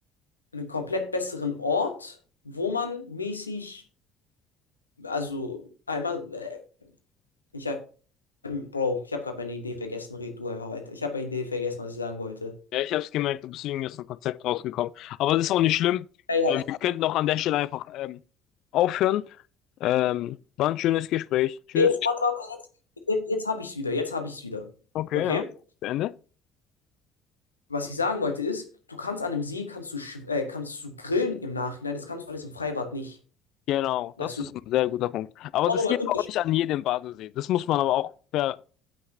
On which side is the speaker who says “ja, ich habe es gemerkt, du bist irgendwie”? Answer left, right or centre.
Left